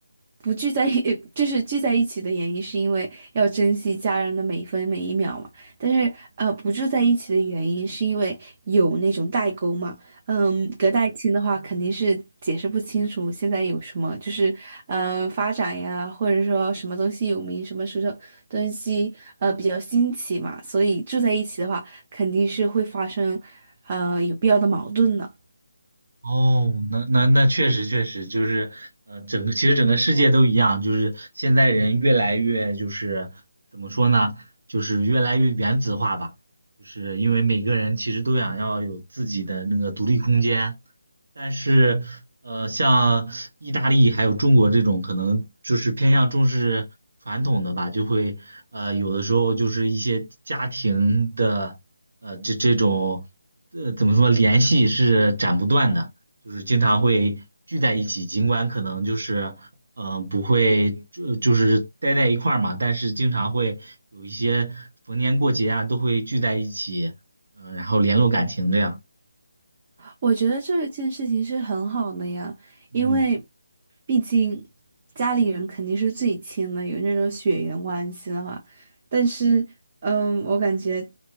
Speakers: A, on the right (about 35°); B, on the right (about 70°).
A: 不聚在一，<laughs> 就是聚在一起的原因，是因为要珍惜家人的每一分每一秒嘛。但是，呃，不住在一起的原因，是因为有那种代沟嘛。嗯，隔代亲的话，肯定是解释不清楚现在有什么，就是呃发展呀，或者说什么东西有名，什么时候东西呃比较新奇嘛。所以住在一起的话，肯定是会发生呃有必要的矛盾的。
B: 哦，那那那确实确实就是，呃，整个其实整个世界都一样，就是现在人越来越就是怎么说呢，就是越来越原子化吧，就是因为每个人其实都想要有自己的那个独立空间，但是呃，像意大利还有中国这种可能就是偏向重视传统的吧，就会呃有的时候就是一些家庭的呃这这种呃怎么说联系是斩不断的。就是经常会聚在一起，尽管可能就是嗯、呃不会就就是待在一块儿嘛，但是经常会有一些逢年过节啊都会聚在一起，嗯、然后联络感情这样。
A: 我觉得这件事情是很好的呀，
B: 嗯
A: 因为毕竟家里人肯定是最亲的，有那种血缘关系的话。但是，嗯，我感觉